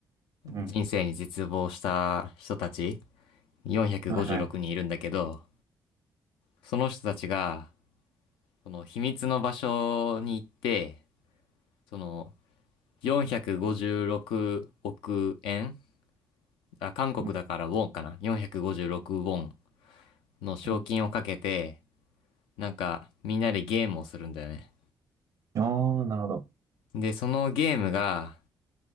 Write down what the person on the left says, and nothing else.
人生に絶望した人たち456人いるんだけど、
その人たちが、その秘密の場所に行って、その456億円あ、韓国だからウォンかな
?456 ウォンの賞金をかけて、
なんかみんなでゲームをするんだよね。
で、そのゲームが、